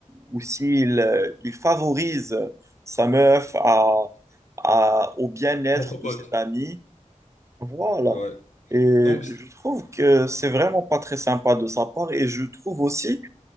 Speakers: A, on the right; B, on the left.
A: ou- ou s'il euh, il favorise sa meuf à, à- au bien-être
B: propre
A: de
B: pote.
A: ses amis. Voilà.
B: Ah ouais.
A: Et
B: Donc,
A: je trouve que c'est vraiment pas très sympa de sa part. Et je trouve aussi